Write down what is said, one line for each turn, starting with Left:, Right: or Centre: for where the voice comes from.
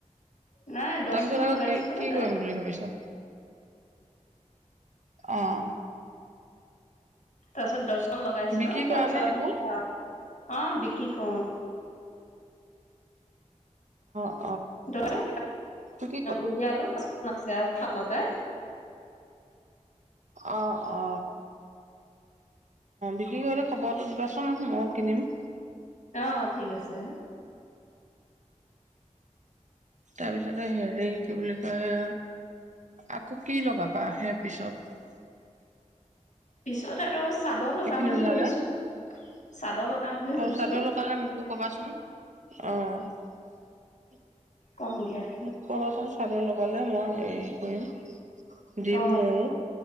Left: নাই দহখন
Right: তাৰপিছত আকৌ
Left: লগাইছিলো
Right: কি কি
Left: তাৰ
Right: কৰিম বুলি ভাবিছা? আহ।
Left: তাৰপিছত দহ লগাইছিলো
Right: বিক্ৰী কৰা
Left: তাৰপিছত
Right: নে সেইবোৰ?
Left: ত অ' বিকি কৰো।
Right: অ'।
Left: ধৰো
Right: বিক্ৰী
Left: উলিয়ালো প দিছে আও খালতে।
Right: অ, অ, অ বিক্ৰী কৰিলে খবৰটো দিবাচোন মই কিনিম।
Left: অ' ঠিক আছে।
Right: তাৰপিছতে হেৰি কি বুলি কয় আকৌ কি লগাবা সে পিছত।
Left: পিছত আৰু চাদৰ লগাম
Right: সেইখিনি
Left: বুলি
Right: ওলালে
Left: ভাবিছো। চাদৰ লগাম বুলি ভাবিছো
Right: অ' চাদৰ লগালে মোকো কবাচোন অ। উ <inaudible>
Left: কম দিয়া
Right: মোক ক'বা চোন চা লগালে মই হেৰি কৰিম দিম
Left: অ
Right: ময়ো